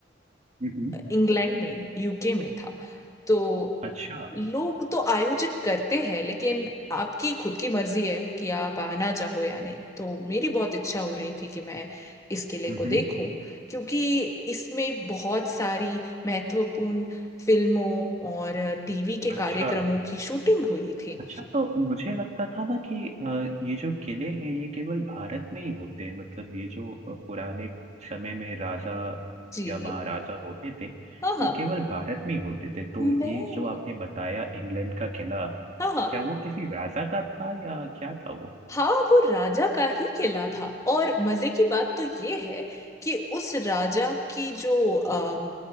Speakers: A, on the right (about 40°); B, on the left (about 15°).
A: हम्म
B: इंग्लैंड में यूके में था तो
A: अच्छा
B: लोग तो आयोजित करते हैं लेकिन आपकी खुद की मर्जी है कि आप आना चाहो या नहीं तो मेरी बहुत इच्छा हो रही थी कि मैं इस किले
A: हम्म
B: को देखूं क्योंकि इसमें बहुत सारी महत्वपूर्ण फिल्मों और टीवी के
A: अच्छा
B: कार्यक्रमों की शूटिंग हुई थी
A: अच्छा तो मुझे लगता था ना कि अ, ये जो किले हैं ये केवल भारत में ही होते हैं मतलब ये जो अ, पुराने समय में राजा
B: जी
A: या महाराजा होते थे
B: हाँ हाँ
A: वो केवल भारत में ही होते थे तो
B: मैं
A: ये जो आपने बताया इंग्लैंड का किला
B: हाँ हाँ
A: क्या वो किसी राजा का था या क्या था वो
B: हाँ वो राजा का ही किला था और मजे की बात तो ये है कि उस राजा की जो अम,